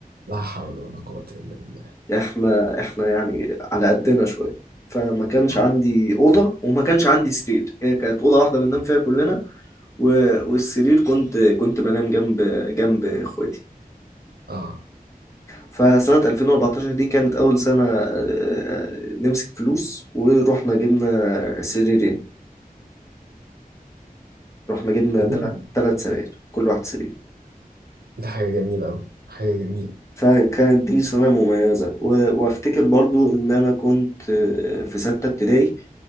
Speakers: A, on the right (about 85°); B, on the left (about 20°).
A: لا حول ولا قوة الا بالله
B: احنا احنا يعني على قدنا شوية فما كانش
A: اه
B: عندي أوضة وما كانش عندي سرير هي كانت أوضة واحدة بننام فيها كلنا و... والسرير كنت كنت بنام جنب جنب إخواتي
A: اه
B: فسنة 2014 دي كانت أول سنة آه، آه، نمسك فلوس ورحنا جبنا سريرين رحنا جبنا
A: أوه.
B: تلات تلات سراير كل واحد سرير
A: ده حاجة جميلة أوي حاجة جميلة
B: فكانت دي سنة مميزة و- وأفتكر برضو إن أنا كنت آه، في ستة ابتدائي